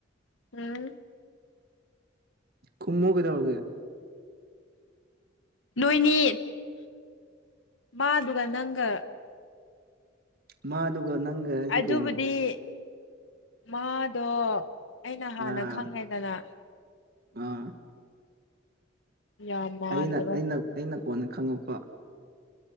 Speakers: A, on the left (about 80°); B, on the right (about 55°).
A: ꯎꯝ
B: ꯈꯨꯝꯃꯨ ꯀꯩꯗꯧꯔꯒꯦ
A: ꯅꯣꯏꯅꯤ ꯃꯥꯗꯨꯒ ꯅꯪꯒ
B: ꯃꯥꯗꯨꯒ ꯅꯪꯒ ꯍꯥꯏꯗꯤ
A: ꯑꯗꯨꯕꯨꯗꯤ
B: ꯀꯩꯅꯣ
A: ꯃꯥꯗꯣ ꯑꯩꯅ ꯍꯥꯟꯅ
B: ꯑꯥ
A: ꯈꯪꯉꯦꯗꯅ
B: ꯑꯥ
A: ꯌꯥꯝ ꯃꯥꯟꯕ꯭ꯔꯣ
B: ꯑꯩꯅ ꯑꯩꯅ ꯑꯩꯅ ꯀꯣꯟꯅ ꯈꯪꯉꯛꯄ